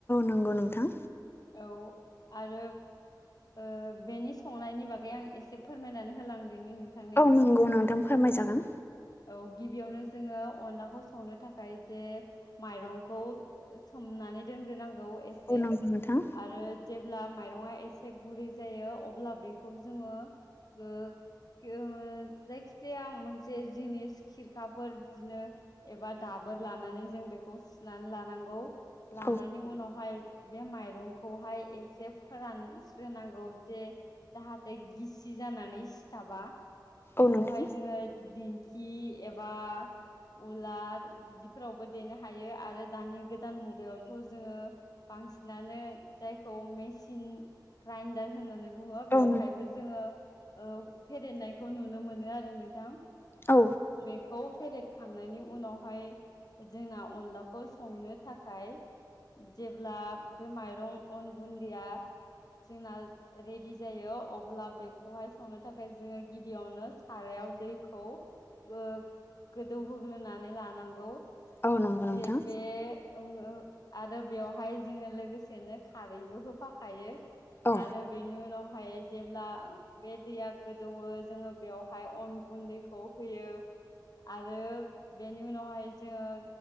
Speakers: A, on the left; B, on the left.
A: नोंगौ नोंथां।
B: औ आरो ओ बेनि संनायनि बागै आं एसे फोरमायनानै होलां दिनि नोंथांनो
A: औ
B: एसे
A: नंगौ नोंथां फोरमायजागोन
B: औ गिबियावनो जोङो अनलाखौ संनो थाखाय जे माइरंखौ ओ सोमना नै दोनग्रोनांगौ एसे
A: औ नंगौ नोंथां
B: आरो जेब्ला माइरङा एसे गुरै जायो अब्ला बेखौ जोङो ओ ओ जायखिजाया मोनसे जिनिस खिरखाफोर बिदिनो एबा दा बोर लानानै जों बेखौ सुनानै लानांगौ लानायनि
A: औ
B: उनावहाय बे माइरं खौहाय एसे फोरानस्रोनांगौ जे जाहाथे गिसि जानानै सिथा बा। बेखौहाय
A: औ नोंथां
B: जोङो दिंखि एबा उलार बिदिफोरावबो देनो हायो आरो दानि गोदान मुगायावथ' जोङो बांसिनानो जायखौ मेसिन ग्राइडार होननानै बुङो बेवहायबो
A: औ
B: जोङो ओ फेरेदनायखौ नुनो मोनो आरो नोंथां।
A: औ
B: बेखौ फेरेदखांनायनि उनावहाय जोंना अनलाखौ संनो थाखाय जेब्ला बे माइरं अन गुन्दैया जोंना रेडि जायो अब्ला बेखौहाय संनो थाखाय जोङो गिबियावनो सारा याव दैखौ ओ गोदौहोग्रोनानै लानांगौ,
A: औ नंगौ नोंथां
B: जे बे ओ आरो बेवहाय जोङो लोगोसेनो खारैबो होफाखायो
A: औ
B: आरो बेनि उनाव हाय जेब्ला बे दैया गोदौवो जोङो बेवहाय अन गुन्दैखौ होयो आरो बेनि उनावहाय जोङो